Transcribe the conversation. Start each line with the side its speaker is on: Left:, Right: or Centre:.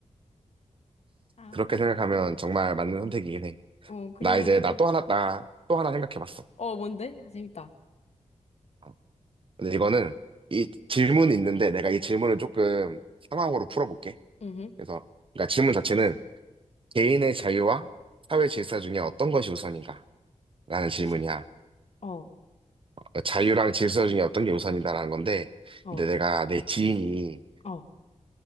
Left: 아,
Right: 그렇게 생각하면 정말 맞는 선택이긴 해.
Left: 어, 그래가지고.
Right: 나 이제, 나 또 하나, 나 또 하나 생각해봤어.
Left: 어, 뭔데? 아, 재밌다.
Right: 어. 근데 이거는, 이 질문이 있는데, 내가 이 질문을 조금 상황으로 풀어볼게.
Left: 음.
Right: 그래서, 그러니까 질문 자체는, 개인의 자유와 사회 질서 중에 어떤 것이 우선인가? 라는 질문이야.
Left: 키, 어,
Right: 그러니까 자유랑 질서 중에 어떤 게 우선이다라는 건데,
Left: 어,
Right: 근데 내가 내 지인이
Left: 어,